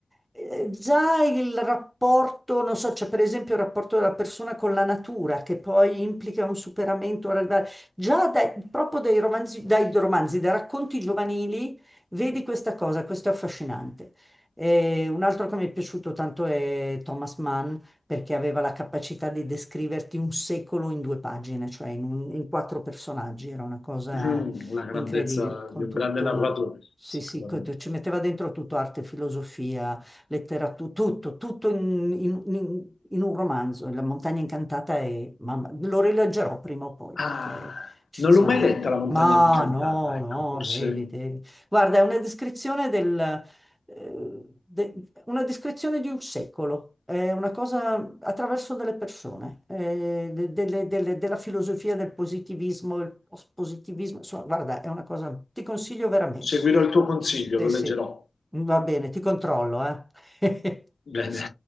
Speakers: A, on the right; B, on the left.
A: eh, già il rapporto, non so, c'è per esempio il rapporto della persona con la natura, che poi implica un superamento, un arrivare- già dai- proprio dai romanzi, dai romanzi, dai racconti giovanili, vedi questa cosa, questo è affascinante. E un altro che mi è piaciuto tanto è Thomas Mann, perché aveva la capacità di descriverti un secolo in due pagine, cioè in, un- in quattro personaggi, era una cosa
B: Mm, La grandezza
A: incredibile, con
B: di un
A: tutto,
B: grande narratore,
A: sì,
B: sicuramente.
A: sì, co- ci metteva dentro tutto arte, filosofia, letteratura, tutto, tutto in, in- in- in un romanzo, La montagna incantata è, mamma, lo rileggerò prima o poi perché
B: Ah,
A: è eccezionale.
B: non l'ho mai letta La montagna
A: Ma
B: incantata,
A: no,
B: ecco,
A: no,
B: forse
A: devi, devi. Guarda, è una descrizione del, eh, de- una descrizione di un secolo, è una cosa attraverso delle persone, eh, de- delle- delle- della filosofia del positivismo, il positivismo, insomma, guarda, è una cosa, ti consiglio veramente.
B: seguirò il tuo consiglio,
A: Sì,
B: lo leggerò.
A: sì, va bene, ti controllo, eh.
B: Bene.
A: <laughs>